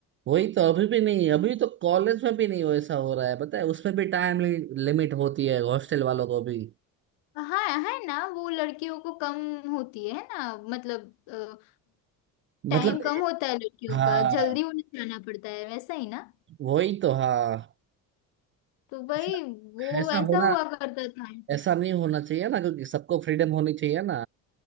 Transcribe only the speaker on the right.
वही तो अभी भी नहीं अभी तो कॉलेज में भी नहीं वो ऐसा हो रहा है पता है उसमें भी टाइम लिमिट होती है हॉस्टल वालों को भी
मतलब
हाँ
वही तो हाँ
ऐसा
ऐसा
होना
ऐसा नहीं होना चाहिए ना क्योंकि सबको फ्रीडम होनी चाहिए ना